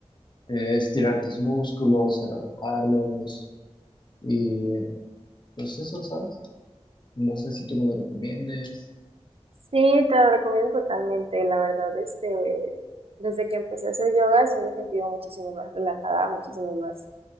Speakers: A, on the left (about 45°); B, on the right (about 60°).
A: eh, estirar tus músculos, a relajarlos. Y Pues eso, ¿sabes? No sé si tú me lo recomiendes.
B: Sí, te lo recomiendo totalmente, la verdad, este, desde que empecé a hacer yoga sí me he sentido muchísimo más relajada, muchísimo más